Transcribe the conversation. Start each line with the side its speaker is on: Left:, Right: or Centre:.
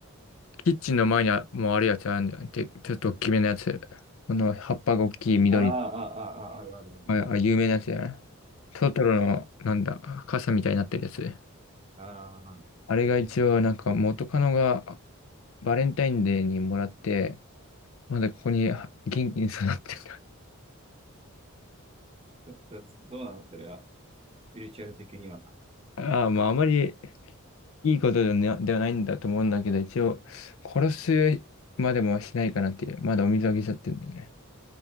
Left: キッチンの前にあもうあるやつあるんじゃん。で、ちょっと大きめのやつ。この葉っぱが大きい緑の。
Right: あらあ、ああ、ああ、あるあるある。
Left: あ、あ有名なやつやな。トトロの、なんだ、傘みたいになってるやつ。
Right: ああ、
Left: あれが一応、なんか元カノがバレンタインデーにもらって、まだここには元気に育ってる。
Right: ちょっとどうなのそれは、スピリチュアル的には。
Left: <laughs> ああ、まああまりいいことではなではないんだと思うんだけど、一応、殺すまでもしないかなっていう。まだお水あげちゃってるんだよね。